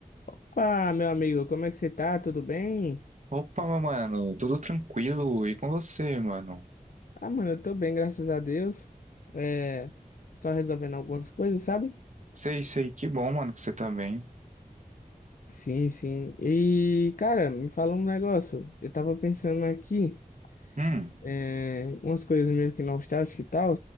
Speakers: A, on the left; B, on the right.
A: Opa, meu amigo, como é que você tá? Tudo bem?
B: Opa, meu mano, tudo tranquilo? E com você, mano?
A: Ah, mano, eu tô bem, graças a Deus. É, só resolvendo algumas coisas, sabe?
B: Sei, sei, que bom, mano, que você tá bem.
A: Sim, sim. E, cara, me fala um negócio. Eu tava pensando aqui,
B: Hum,
A: é, umas coisas meio que nostálgicas e tal,